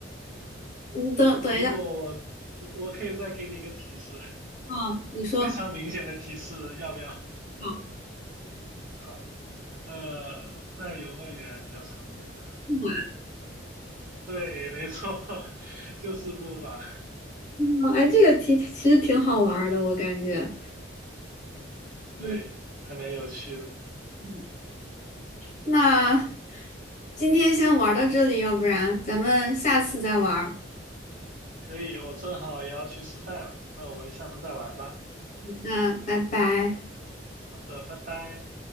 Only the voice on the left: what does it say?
你等等一下，
啊！你说，
好，
嗯啊
木
马哦，哎，这个题其实挺好玩儿的，我感觉。
嗯，
嗯那今天先玩到这里，要不然咱们下次再玩儿
那拜拜。